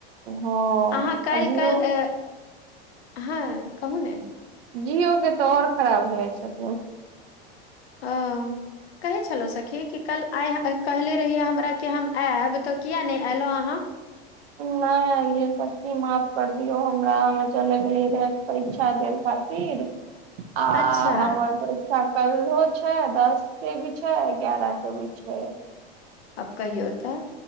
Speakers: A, on the right; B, on the left.
A: हँ
B: अहाँ काल्हि
A: आ जिओ
B: काल्हि हँ कहू नऽ
A: जिओ केँ तऽ आओर खराब रहै छथिन
B: हँ कहै छलहुँ सखी कि कल आइ कहले रहियै हमरा हम आयब तऽ किया नहि एलहुँ अहाँ
A: नहि एलियै सची माफ कर दियौ हमरा हमे चले गेलियै रहै परीक्षा देल खातिर आ
B: अच्छा
A: हमर <unintelligible> परीक्षा कलहो छै दस के भी छै एगारह के भी छै
B: अब कहियो तऽ